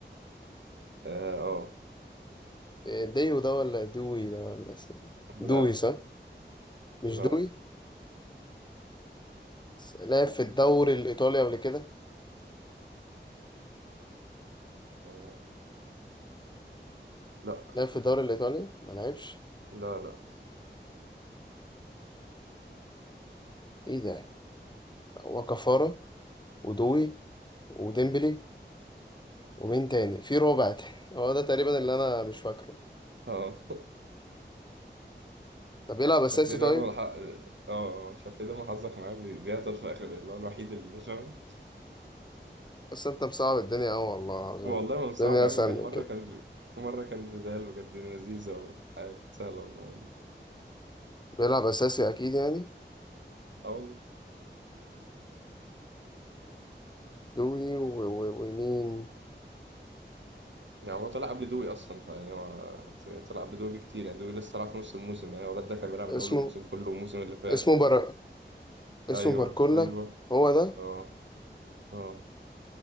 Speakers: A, on the right; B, on the left.
A: اه آه.
B: آه، ديو ده ولا دوي ده ولا س- دوي
A: لا
B: صح مش
A: لا لا
B: دوي لعب في الدوري الإيطالي قبل كده
A: آه، لا
B: لعب في الدوري الإيطالي ما لعبش
A: لا لا
B: إيه ده هو كفارة ودوي وديمبلي ومين تاني في رابع تاني <laughs> هو ده تقريبا اللي أنا مش فاكره
A: اه
B: طب
A: <laughs>
B: بيلعب أساسي
A: شاف ليه
B: طيب
A: دايما الح... اه شاف ليه دايما حظك معاه بي- بيعطل في اخر اللي هو الوحيد اللي <laughs> فاهم
B: بس أنت مصعب الدنيا أوي والله العظيم
A: والله ما صعب
B: الدنيا
A: يا
B: أسهل
A: عم كان
B: من
A: مرة
B: كده
A: كان مرة كان فيدال وكانت الدنيا لذيذة وحاجة سهلة والله
B: بيلعب أساسي أكيد يعني
A: اه والله
B: دوي و... و... ومين
A: يعني هو طلع قبل دوي اصلا فيعني هو طلع قبل دوي بكتير يعني دوي لسه طلع في نص الموسم يعني الولد ده كان بيلعب من
B: اسمه
A: اول الموسم كله والموسم اللي فات
B: اسمه
A: و...
B: بر... اسمه
A: ايوه
B: باركولا
A: ايوه
B: هو ده
A: اه اه